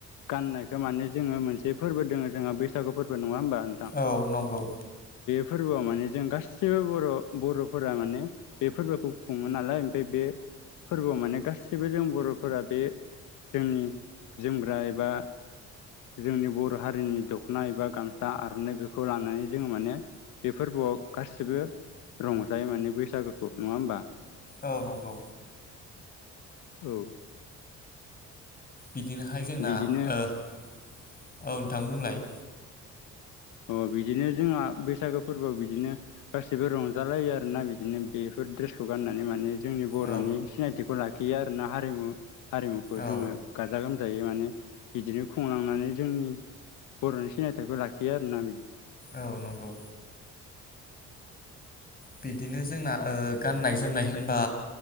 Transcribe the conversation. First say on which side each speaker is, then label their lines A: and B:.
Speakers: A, on the left; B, on the left.
A: गाननायखो माने जोङो मोनसे फोरबो दोङो जोंहा बैसागु फोरबो नङा होमबा नोंथां
B: औ नंगौ
A: फोरबोआव माने जों गासिबो बर' बर'फोरा माने बे फोरबोखौ खुङो नालाय ओमफ्राय बे फोरबोआव माने गासिबो जों बर'फोरा बे जोंनि जोमग्रा एबा जोंनि बर' हारिनि दख'ना एबा गामसा आर'नाइ बेफोरखौ लानानै जोङो माने बे फोरबोआव गासिबो रंजायो माने बैसागोखौ नङा होमबा
B: औ नंगौ
A: औ
B: बिदिनोहाय जोंना
A: बिदिनो
B: औ नोंथां बुंलायनाय
A: अ बिदिनो जोंहा बैसागो फोरबोआव बिदिनो गासैबो रंजालायो आरोना बिदिनो बेफोर द्रेसखौ गाननानै माने जोंनि बर'नि
B: औ
A: सिनायथिखौ ला खियो आरोना हारिमु हारिमुखौ जोङो
B: औ
A: गाजा गोम जायै माने बिदिनो खुंलांनानै जोंनि बर'नि सिनायथखौ ला खियो आरोना
B: औ नंगौ बिदिनो जोंना ओ गाननाय जोमनाय होनबा